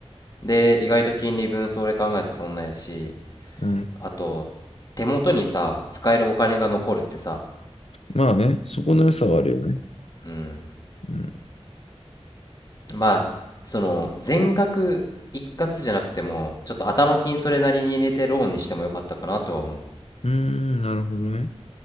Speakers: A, on the left; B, on the left.
A: で、意外と金利分それ考えたらそんなやし、
B: うん。うん
A: あと、手元にさ、使えるお金が残るってさ、
B: まあね、そこの良さはあるよね。
A: うん。
B: うん。
A: まあ、その、全額一括じゃなくても、ちょっと頭金それなりに入れてローンにしてもよかったかなとは思う。
B: うーん、なるほどね。